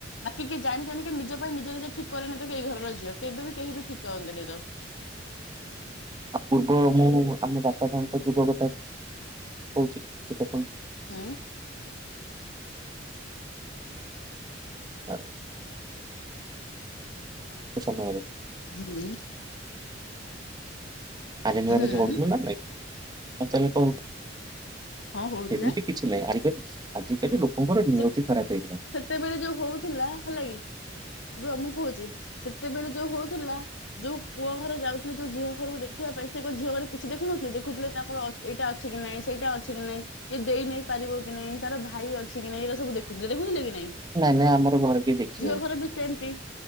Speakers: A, on the left (about 80°); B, on the right (about 20°).
A: ବାକି କିଏ ଜାଣି ଜାଣିକି ନିଜ ପାଇଁ ନିଜ ନିଜେ ଠିକ କରେନି ତ ଏଇ ଘରର ଝିଅ କେବେ ବି କେହି ବି ଠିକ କରନ୍ତିନ ତ।
B: ଆଉ ପୂର୍ବ ମୁଁ ଆମ ବାପା ମାଙ୍କ ସହ ଯୁଗ କଥା କହୁଛି ସେ ତ ପୁଣି
A: ହୁଁ
B: <inaudible> <inaudible>
A: ହୁଁ।
B: ଆରେଞ୍ଜ ମ୍ୟାରେଜ
A: ହୁଁ
B: ହଉଥିଲା ନା ନାଇ ଏବେ ତାହାଲେ କହୁ
A: କଣ କହୁଥିଲେ
B: ଏମିତି କିଛି ନାହିଁ ଆ ଆଜିକାଲି ଲୋକଙ୍କର ନିଅତି
A: ସେ
B: ଖରାପ ହେଇଗଲାଣି।
A: ସେତେବେଳେ ଯୋଉ ହଉଥିଲା ହେଲା କିି ରୁହ ମୁଁ କହୁଛି ସେତେବେଳେ ଯୋଉ ହଉଥିଲା। ଯୋଉ ପୁଅ ଘର ଯାଉଥିଲେ ଯୋଉ ଝିଅ ଘରକୁ ଦେଖିବା ପାଇଁ ସେ କଣ ଝିଅ ଘରେ କିଛି ଦେଖୁନଥିଲେ ଦେଖୁଥିଲେ ତାଙ୍କର ଏଇଟା ଅଛି କି ନାଇଁ ସେଇଟା ଅଛି କି ନାଇଁ ଇଏ ଦେଇ ନେଇ ପାରିବ କି ନାଇଁ ତାର ଭାଇ ଅଛି ଆସିକି ନାଇ ଏ ସବୁ ଦେଖୁଥିଲେ କି ନାଇଁ।
B: ନାଇଁ ନାଇଁ ଆମର ଘର କିଏ ଦେଖି
A: ଝିଅ ଘର ବି ସେମିତି।